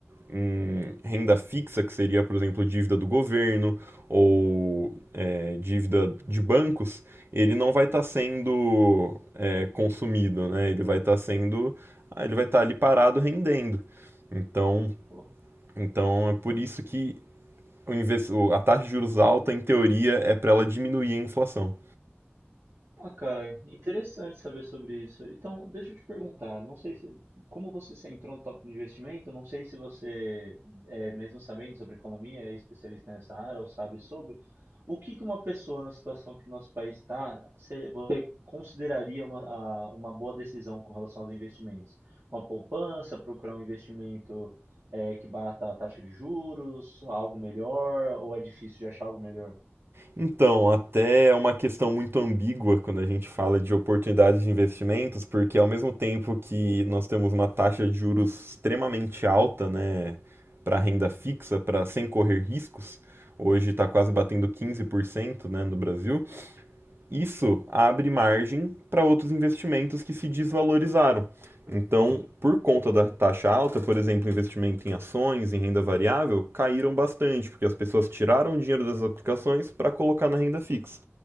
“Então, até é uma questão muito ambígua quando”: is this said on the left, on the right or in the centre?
Right